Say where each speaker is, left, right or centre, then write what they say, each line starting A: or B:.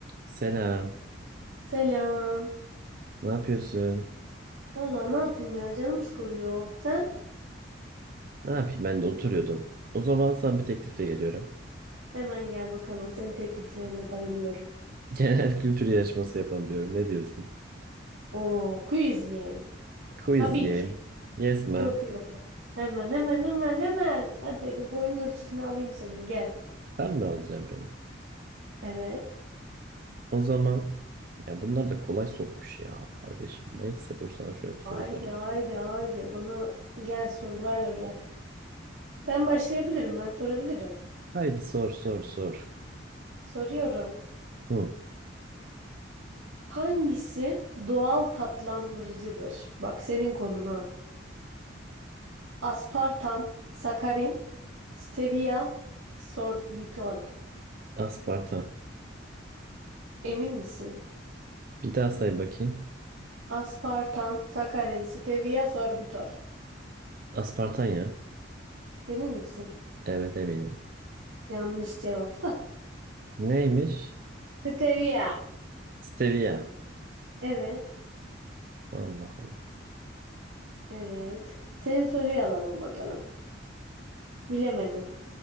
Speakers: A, on the right; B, on the right.
A: Selam.
B: Selam.
A: Ne yapıyorsun?
B: Valla ne yapayım ya canım sıkılıyor. Sen
A: Ne yapayım ben de oturuyordum. O zaman sana bir teklifte geliyorum.
B: hemen gel bakalım. Senin tekliflerine bayılıyorum.
A: <laughs> Genel kültür yarışması yapalım diyorum. Ne diyorsun?
B: Oo, quiz game.
A: Quiz
B: Tabii
A: game.
B: ki.
A: Yes ma'am.
B: Çok iyi olur. Hemen hemen hemen hemen. Hadi bir boyun ölçüsünü alayım senin gel.
A: Sen mi alacaksın beni?
B: Evet.
A: O zaman ya bunlar da kolay sormuş ya kardeşim. Neyse dur sana şöyle bir soru
B: Haydi
A: sorayım.
B: haydi haydi. Bana gel sorularla gel. Ben başlayabilirim ben sorabilirim.
A: Haydi sor sor sor.
B: Soruyorum.
A: Hı,
B: Hangisi doğal tatlandırıcıdır? Bak senin konuna. Aspartam, sakarin, Stevia sorbitol.
A: aspartam.
B: Emin misin?
A: Bir daha say bakayım.
B: Aspartam, sakarin, stevia sorbitol.
A: Aspartan ya.
B: Emin misin?
A: Evet eminim.
B: Yanlış cevap.
A: Neymiş?
B: <laughs> Stevia.
A: Stevia.
B: Evet.
A: Allah Allah.
B: Evet. Senin soruyu alalım bakalım. Bilemedin.